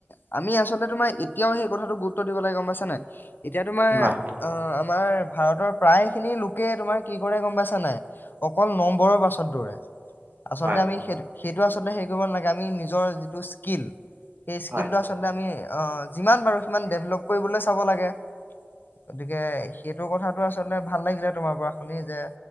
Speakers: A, on the left; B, on the right.
A: আমি আমি আচলতে তোমাৰ এতিয়াও সেই কথাটো গুৰুত্ব দিব লাগে গম পাইছা নে। এতিয়া তোমাৰ
B: হয়
A: অ আমাৰ ভাৰতৰ প্ৰায় খিনি লোকে তোমাৰ কি কৰে গম পাইছা নাই অকল নম্বৰৰ পাছট দৌৰে আচলতে
B: হয়
A: আমি সেই সেইটো আচলতে হেৰি কৰিব নালাগে আমি নিজৰ যিটো স্কিল সেই স্কিল
B: হয়
A: টো আচলতে আমি। অ যিমান বাৰু সিমান ডেভলপ কৰিবলৈ চাব লাগে। গতিকে সেইটো কথাটো আচলতে ভাল লাগিলে তোমাৰ পৰা শুনি যে